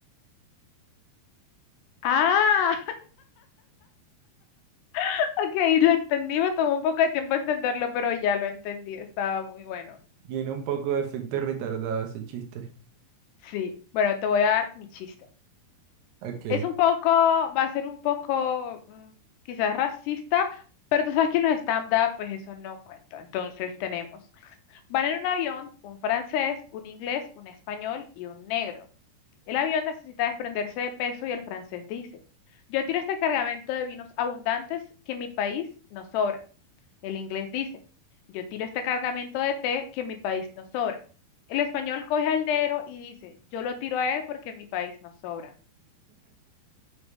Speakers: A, on the left (about 75°); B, on the right (about 75°).
A: Ah, <laughs> ok, lo entendí, me tomó un poco de tiempo entenderlo, pero ya lo entendí, estaba muy bueno.
B: Tiene un poco de efecto retardado ese chiste.
A: Sí, bueno, te voy a dar mi chiste.
B: Ok.
A: Es un poco, va a ser un poco mm, quizás racista, pero tú sabes que en los stand-up pues eso no cuenta. Entonces tenemos, van en un avión un francés, un inglés, un español y un negro. El avión necesita desprenderse de peso y el francés dice, yo tiro este cargamento de vinos abundantes que en mi país no sobran. El inglés dice, yo tiro este cargamento de té que en mi país no sobra. El español coge al negro y dice, yo lo tiro a él porque en mi país no sobran.